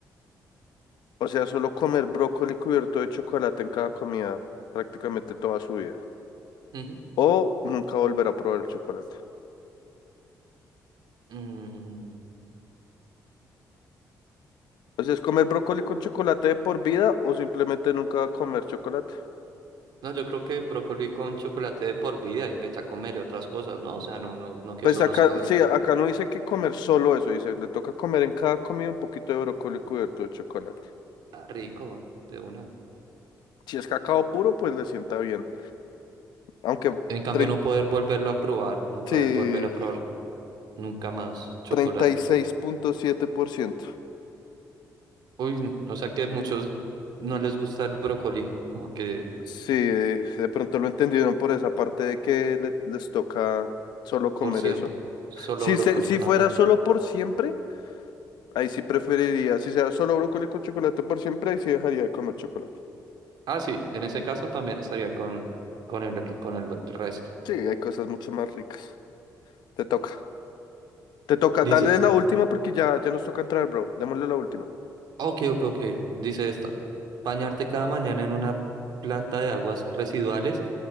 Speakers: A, on the left (about 80°); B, on the right (about 75°).
A: O sea, solo comer brócoli cubierto de chocolate en cada comida prácticamente toda su vida.
B: ujú.
A: O nunca volver a probar el chocolate.
B: Mm,
A: O sea, es comer brócoli con chocolate de por vida o simplemente nunca comer chocolate.
B: No, yo creo que brócoli con chocolate de por vida y pues ya comeré otras cosas, ¿no? O sea, no, no, no que
A: Pues
B: solo
A: acá,
B: sea bro.
A: sí, acá no dice que comer solo eso, dice, le toca comer en cada comida un poquito de brócoli cubierto de chocolate.
B: ah, rico, de una.
A: Si es cacao puro, pues le sienta bien. Aunque
B: En cambio,
A: trein-
B: no poder volverlo a probar, no
A: sí,
B: poder volver a probar nunca más chocolate.
A: treinta y seis punto siete por ciento.
B: Uy, o sea que muchos no les gusta el brócoli, como que
A: Sí, eh, de pronto lo entendieron por esa parte de que le- les toca solo comer
B: por siempre,
A: eso.
B: solo
A: Si,
B: brócoli.
A: se- si
B: Ah,
A: fuera solo por siempre, ahí sí preferiría. Si sea solo brócoli con chocolate por siempre, ahí sí dejaría de comer chocolate.
B: ah sí, en ese
A: Mm.
B: caso también estaría con, con el, con el el resto.
A: Sí, hay cosas mucho más ricas. Te toca. Te toca.
B: Dice.
A: Dale la última porque ya, ya nos toca entrar, bro. Démosle la última.
B: Ok, ok, ok. Dice esta. Bañarte cada mañana en una planta de aguas residuales